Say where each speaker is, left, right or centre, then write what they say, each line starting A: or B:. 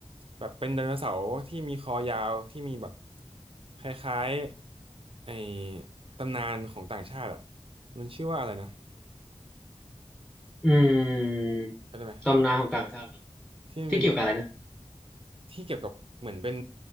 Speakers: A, on the right; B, in the centre.
A: แบบเป็นไดโนเสาร์ที่มีคอยาวที่มีแบบคล้ายๆไอ้ตำนานของต่างชาติอะ มันชื่อว่าอะไรนะ
B: อืม
A: จำได้ไหม
B: ตำนานของต่างชาติเหรอ
A: ที่มันเป็นแบบ
B: ที่เกี่ยวกับอะไรนะ
A: ที่เกี่ยวกับเหมือนเป็น